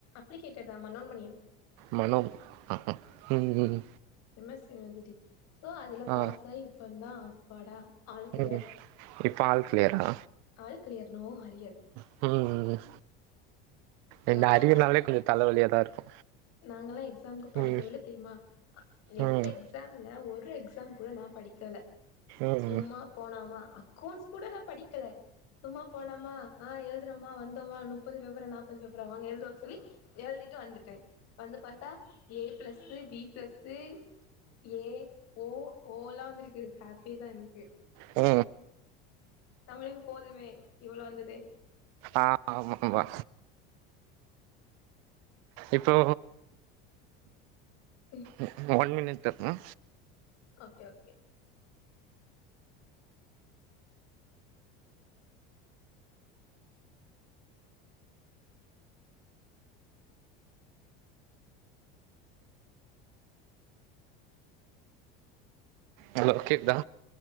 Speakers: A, on the left; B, on the right.
A: அப்ளிகேடாதா மனோன்மணியம்
B: மனோம் ம்
A: M S C university so அதுல
B: ஆ
A: பாஸ் ஆகி இப்பந்தா அப்பாடா ஆல் கிளியர்
B: ம் இப்ப ஆல் கிளியரா
A: ஆல் க்ளியர் நோ அரியர்
B: ம் ம் இந்த
A: நாலா
B: அரியர்னாலே கொஞ்ச தலைவலியாதா இருக்கு
A: நாங்கெல்லா எக்ஸாம்க்கு படிக்கவே
B: ம்
A: இல்ல தெரியுமா எ எட்டு
B: ம்
A: எக் ஸாம்ல ஒரு எக்ஸாம் கூட நா படிக்கல
B: ம்
A: சும்மா போனாமா அக்கௌண்ட்ஸ் கூட நா படிக்கல சும்மா போனாமா ஆ எழு துனமா வந்தோமா முப்பது பேப்பரா நாப்பது பேப்பரா வாங்க எழுதுவ சொல்லி எழுதிட்டு வந்துட்டே வந்து பாத்தா A plus B plus A O ஓலா வந்திருக்கு ஹாப்பி தா எனக்கு
B: ஆ
A: நம்பளுக்கு போதுமே இவ்ள வந்தது
B: ஆ ஆமா ஆமா இப்போ
A: ம்
B: இந்த ஒன் மினிட்‌ங்க
A: ஓகே ஓகே
B: ஹலோ கேக்தா